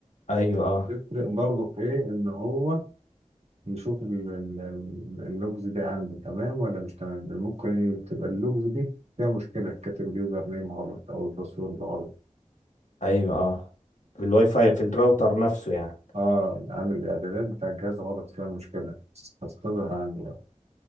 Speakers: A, on the left (about 80°); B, on the right (about 55°).
A: ايوه اه
B: بيفرق برضه في ايه ان هو يشوف ال- ال- ال- اللوجز دي عنده تمام ولا مش تمام لأن ممكن تبقى اللوجز دي فيها مشكلة كاتب اليوزر نيم غلط او الباسورد غلط
A: ايوه اه في الواي فاي في الراوتر نفسه يعني
B: اه عامل الاعدادات بتاع الجهاز غلط فيها مشكلة هتظهر عندي بقى